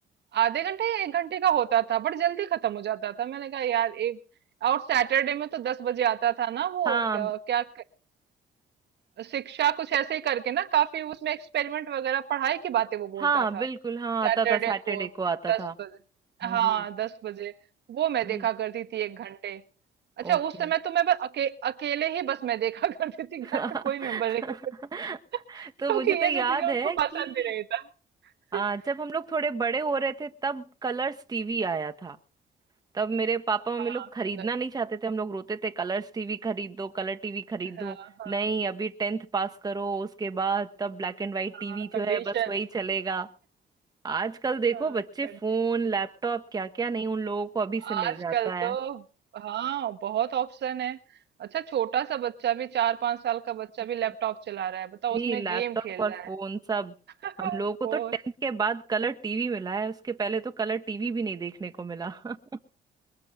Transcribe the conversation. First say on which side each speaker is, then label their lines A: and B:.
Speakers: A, on the right (about 60°); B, on the right (about 20°).
A: आधे घंटे या एक घंटे का होता था बट जल्दी खत्म हो जाता था मैंने कहा यार एक और सैटरडे में तो दस बजे आता था ना वो
B: हाँ
A: क्या, क्या शिक्षा कुछ ऐसे ही करके ना काफी उसमें एक्सपेरिमेंट वगैरह पढ़ाई की बातें वो बोलता
B: हाँ
A: था
B: बिल्कुल हाँ
A: सैटरडे
B: आता था सैटरडे
A: को
B: को आता
A: दस
B: था
A: बजे
B: जी
A: हाँ दस बजे वो मैं
B: जी
A: देखा करती थी एक घंटे अच्छा
B: ओके
A: उस समय तो मैं बस अके, अकेले ही बस मैं देखा <laughs> करती थी
B: <laughs>
A: घर के कोई मेंबर नहीं होते थे। <laughs>
B: तो
A: क्योंकि
B: मुझे तो
A: ये
B: याद
A: सब चीजें उनको
B: है कि
A: पसंद भी नहीं था
B: आ,
A: <laughs>
B: जब हम लोग थोड़े बड़े हो रहे थे तब कलर्स टीवी आया था तब मेरे पापा
A: हाँ
B: मम्मी लोग खरीदना
A: कलर
B: नहीं चाहते थे हम लोग रोते थे कलर्स टीवी खरीद दो कलर टीवी खरीद
A: हाँ
B: दो
A: हाँ
B: नहीं अभी टेंथ पास करो उसके बाद तब ब्लैक एंड वाइट टीवी
A: हाँ कंडीशन
B: जो है बस वही चलेगा आजकल देखो
A: हाँ
B: बच्चे
A: कंडी
B: फोन लैपटॉप क्या क्या नहीं उन लोगों को अभी से
A: आजकल
B: मिल जाता है
A: तो हाँ बहुत ऑप्शन है अच्छा छोटा सा बच्चा भी चार पांच साल का बच्चा
B: जी
A: भी लैपटॉप चला रहा है बताओ
B: जी
A: उसमें
B: लैपटॉप
A: गेम खेल
B: और
A: रहा
B: फोन सब
A: है
B: हम लोगों
A: <laughs>
B: को
A: फोन
B: तो टेंथ के बाद कलर टीवी मिला है उसके पहले तो कलर टीवी भी नहीं देखने को मिला <laughs>